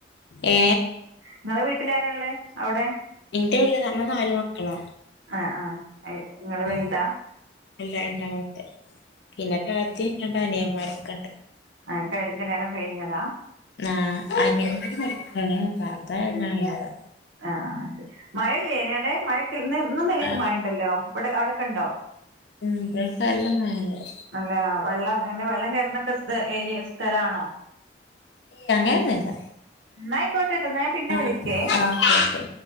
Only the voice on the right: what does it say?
ഇങ്ങളെ വീട്ടിലാരാ ഒള്ളെ അവടെ
അ ആ ഇങ്ങള് വെൽതാ
ആ കല്യാണം കഴിഞ്ഞതാ
ആ ആ ശെരി മഴയില്ലേനി അവടെ മഴക്ക്‌ ഇന്നും ഇന്നലെയൊക്കെ
മഴയുണ്ടല്ലോ ഇബടെ അവടൊക്കെ ഒണ്ടോ
നല്ല വെള്ളം, അങ്ങനെ വെള്ളംകയറുന്നൊക്കെ, ഏരി സ്ഥലമാണോ.
എന്നാ ആയിക്കോട്ടെട്ടോ എന്നാ ഞാൻ പിന്നെ
വിളിക്കേ